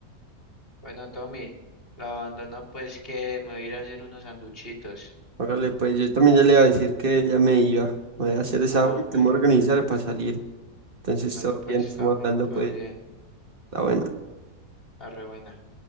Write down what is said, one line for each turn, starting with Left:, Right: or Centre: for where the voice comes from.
Left: Bueno, Tommy, la abandono pues que me voy a ir a hacer unos sanduchitos.
Right: hágale pues, yo también ya le iba a decir que ya me iba, voy a hacer esa
Left: Ah,
Right: agua y te
Left: Melo.
Right: voy a organizar para salir, entonces
Left: Melo
Right: todo
Left: pues,
Right: bien, estamos
Left: Tommy,
Right: hablando
Left: todo
Right: pues,
Left: bien.
Right: está bueno.
Left: Arre buena.